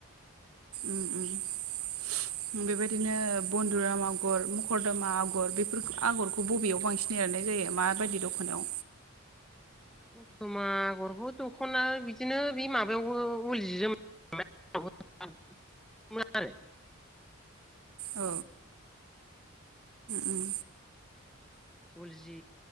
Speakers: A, on the right (about 85°); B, in the centre.
A: उम उम बेबायदिनो बन्दुराम आगर मखरदमा आगर बे आगरखौ बबेयाव बांसिन एरनाय जायो माबायदि दखनायाव।
B: दथमा आगरखौ दखना बिदिनो बे माबायावबो उल जि जोमोन <unintelligible> आरो
A: औ उम।
B: उल जि